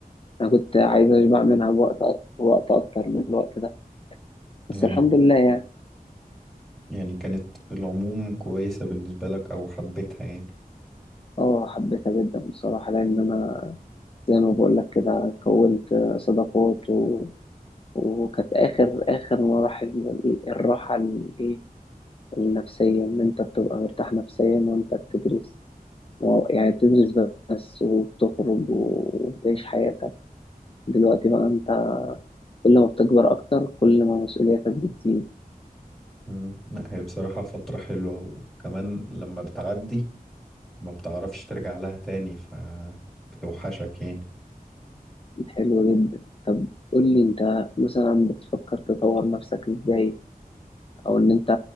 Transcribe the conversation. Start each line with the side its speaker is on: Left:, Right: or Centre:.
Left: انا كنت عايز اشبع منها بوقت أ- وقت اكتر من الوقت ده
Centre: يعني
Left: بس الحمد لله يعني
Centre: يعني كانت في العموم كويسة بالنسبة لك أو حبيتها يعني
Left: اه حبيتها جدا بصراحه لان انا زي ما بقول لك كده كونت صداقات و... وكانت اخر اخر مراحل ال- الراحه الايه النفسيه ان انت بتبقى مرتاح نفسيا وانت بتدرس و- يعني بتدرس بس وبتخرج وبتعيش حياتك دلوقتي بقى انت كل ما بتكبر اكتر كل ما مسؤولياتك بتزيد
Centre: مم. لا هي بصراحة فترة حلوة وكمان لما بتعدي ما بتعرفش ترجع لها تاني فبتوحشك يعني
Left: حلو جدا طب قول لي انت مثلا بتفكر تطور نفسك ازاي او ان انت